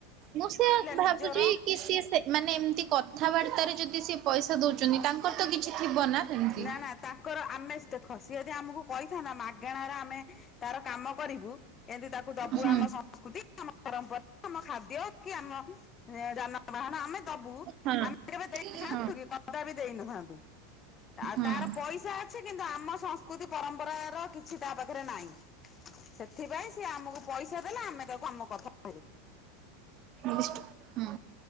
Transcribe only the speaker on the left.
ନିଜର
ନା ନା ତାଙ୍କର ଆମେ ଦେଖ ଯିଏ ଯଦି ଆମକୁ କହିଥାନ୍ତା ମାଗଣାରେ ଆମେ ତାର କାମ କରିବୁ ଏମିତି ତାକୁ କୁ ଦବୁ
ଆମ ସଂସ୍କୃତି ଆମ ପରମ୍ପରା, ଆମ ଖାଦ୍ୟ, କି ଆମ ଯାନବାହାନ ଆମେ ଦବୁ
ଆମେ କେବେ ଦେଇଥାନ୍ତୁ
କି? କଦା ବି ଦେଇ ନଥାନ୍ତୁ। ଆଉ
ତାର ପଇସା ଅଛି କିନ୍ତୁ ଆମ ସଂସ୍କୃତି ପରମ୍ପରାର କିଛି ତା ପାଖରେ ନାହିଁ। ସେଥିପାଇଁ ସିଏ ଆମକୁ ପଇସା ଦେଲେ ଆମେ ତାକୁ ଆମ କଥା <unintelligible>